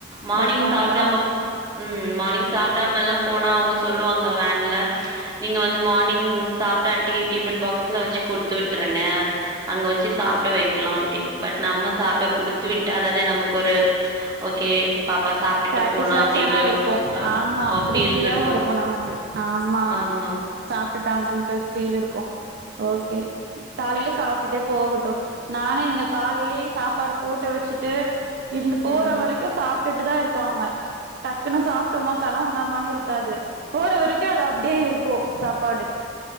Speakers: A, on the right; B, on the right.
A: மார்னிங்
B: வப்பாங்களா
A: சாப்டாம ம் மார் னிங் சாப்டாமல்லா போனா அவங்க சொல்லுவாங்க வேன் ல நீங்க வந்து மார்னிங் சாப்டாட்டி டிஃபன் பாக்ஸ்ல வச்சு குடுத்து விட்டுருங்க அங்க வச்சு சாப்பிட வக்கலா அப்டின்டு பட் நம்ம சாப்ட குடுத்து விட்டாதானே நமக்கு ஒரு ஓகே பாப்பா சாப்ட்டுட்டு
B: சாட்டிஸ்
A: போனா
B: ஃபேக்ஷனா
A: அப்டின்ட்டு
B: இருக்கு ஆம்மா
A: அ
B: திருப்தியாவு
A: ஃபீல் இருக்கும்.
B: இருக்கு நமக்கு அ ம்மா
A: ஆமா.
B: சாப்ட்டுட்டாங்கட்டு ஒரு ஃபீல் இருக்கு ஓகே காலைலே சாப்ட்டுட்டே போகட்டு நானு இங்க காலைலே சாப்பாடு போட்டு வச்சுட்டு இருந்து போற
A: ம்.
B: வரைக்கு சாப்ட்டுட்டுதா இருப்பாங்க டக்குன்னு சாப்ட்டோமா கலாம்புனோ மானுருக்காது போற வரைக்கு அது அப்டியே இருக்கு சாப்பாடு